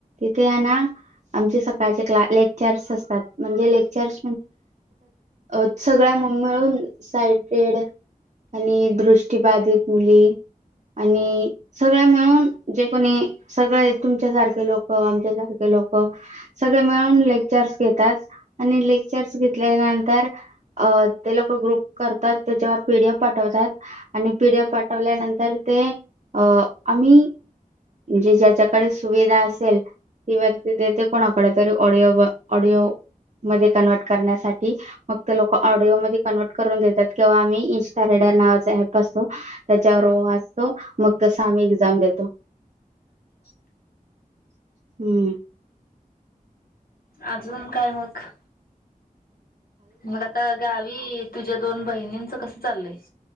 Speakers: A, on the right; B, on the left.
A: તના આમ સ ક્લા લેક્ચર્સ લેક્ચર્સ આ સગળ મમ્ મેળ એસાઇટેડ અને દૃષ્ટિબધિત મુલી અને <unintelligible> સગળ મેળન જે કોની સગળ તુમ સારખે લોકોક આમચ સારખે લોકોક <unintelligible> સગ મેન લેક્ચર્સ અને લેક્ચર્સ ઘ નંતર <unintelligible> અ તે લોકોક ગ્રુપ કરતા તે, પર પીડીએફ પાઠવત <unintelligible> અને પીઢ્યા પાઠવ્યા નંતર તે અ આ <unintelligible> જે જ્યા કડ સુવિધા અેલ <unintelligible> ત વ્યક્તિ દ કોના ક ત ઓડિયો ઓડિયો મ કન્વર્ટ કર <unintelligible> ફગ તો લોકો ઓડિયો મ કન્વર્ટ કર દે, કે આઇન્સ્ટ નાવા એપસો <unintelligible> ત વ વાતો મગ તસ આમ એક્ઝામ દેો <unintelligible> <unintelligible> હમ.
B: અજન કઈ મગ <unintelligible> મગ આ ગાવી તુજા દોન બહણીચ કસ ચાલલ <unintelligible>